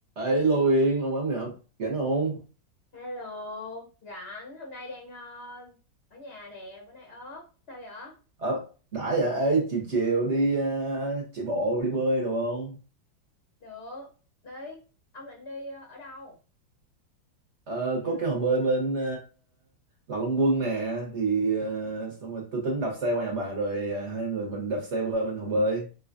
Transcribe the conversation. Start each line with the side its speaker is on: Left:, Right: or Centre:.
Right: Ê Lô Yên, Long Bấm ngập, rảnh không?
Left: Hello, rảnh hôm nay đang ờ, ở nhà nè, bữa nay ốp. Sao vậy?
Right: Ờ, đã vậy, ê, chiều chiều đi ờ, chạy bộ, đi bơi đồ không?
Left: Được, đi. Ông định đi ờ, ở đâu?
Right: Ờ,
Left: Giờ
Right: có cái hồ bơi bên uh, Lạc Long Quân nè, thì ờ, xong rồi tôi tính đạp xe qua nhà bà rồi ờ, hai người mình đạp xe qua bên hồ bơi.